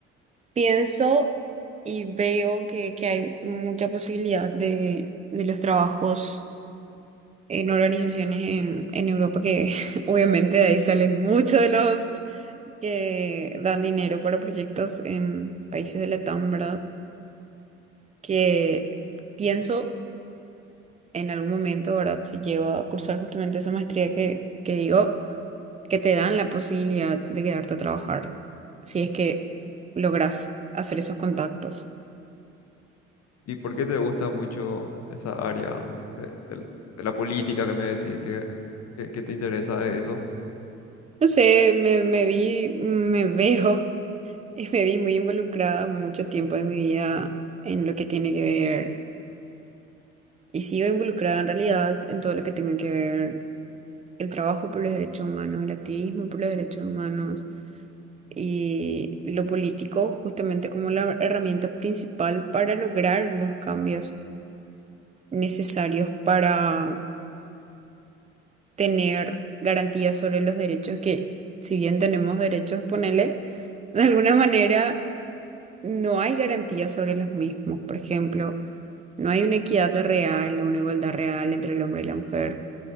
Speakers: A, on the right; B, on the left.
A: pienso y veo que, que hay mucha posibilidad de, de los trabajos en organizaciones en, en Europa que <laughs> obviamente de ahí salen muchos de los que dan dinero para proyectos en países de Latam, ¿verdad? Que pienso en algún momento, ¿verdad? Si llego a cursar justamente esa maestría que, que digo, que te dan la posibilidad de quedarte a trabajar, si es que logras hacer esos contactos.
B: y por qué te gusta mucho esa área de, del- de la política que me decís, que, que, que te interesa de eso.
A: No sé, me, me vi, me <laughs> veo y me vi muy involucrada mucho tiempo de mi vida en lo que tiene que ver, y sigo involucrada en realidad en todo lo que tenga que ver. el trabajo por los derechos humanos, el activismo por los derechos humanos y lo político justamente como la herramienta principal para lograr los cambios necesarios para tener garantías sobre los derechos que, si bien tenemos derechos, ponele, <laughs> de alguna manera no hay garantías sobre los mismos. Por ejemplo, no hay una equidad real o una igualdad real entre el hombre y la mujer.